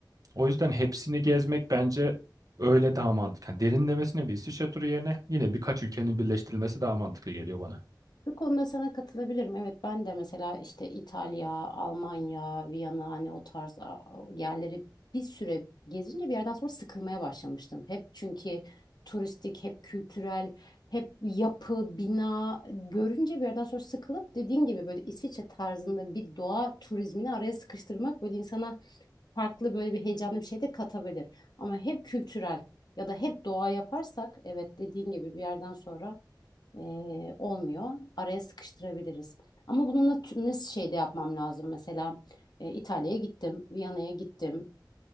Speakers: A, on the right; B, on the left.
A: O yüzden hepsini gezmek bence öyle daha mantıklı. Yani derinlemesine bir İsviçre turu yerine yine birkaç ülkenin birleştirilmesi daha mantıklı geliyor bana.
B: Bu konuda sana katılabilirim. Evet ben de mesela işte İtalya, Almanya, Viyana hani o tarz a- a- yerleri bir süre gezince bir yerden sonra sıkılmaya başlamıştım. Hep çünkü turistik, hep kültürel, hep yapı, bina görünce bir yerden sonra sıkılıp dediğin gibi böyle İsviçre tarzında bir doğa turizmini araya sıkıştırmak böyle insana farklı böyle bir heyecanlı bir şey de katabilir. Ama hep kültürel ya da hep doğa yaparsak evet dediğin gibi bir yerden sonra e, olmuyor. Araya sıkıştırabiliriz. Ama bunu nat- nasıl şeyde yapmam lazım? Mesela e, İtalya'ya gittim, Viyana'ya gittim,